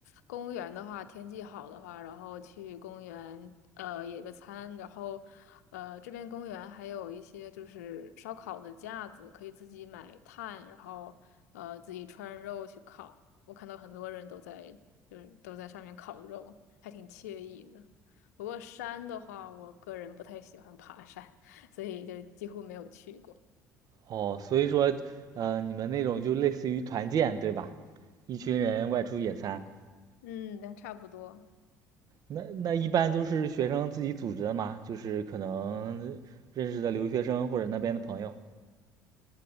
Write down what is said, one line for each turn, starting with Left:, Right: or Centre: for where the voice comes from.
Left: 公园的话，天气好的话，然后去公园呃野个餐，然后呃这边公园还有一些就是烧烤的架子，可以自己买炭，然后呃自己穿肉去烤。我看到很多人都在就是都在上面烤肉，还挺惬意的。不过山的话，我个人不太喜欢爬山，所以就几乎没有去过。
Right: 哦，所以说，呃，你们那种就类似于团建，对吧？一群人外出野餐，
Left: 嗯，那差不多。
Right: 那那一般都是学生自己组织的嘛，就是可能认识的留学生或者那边的朋友。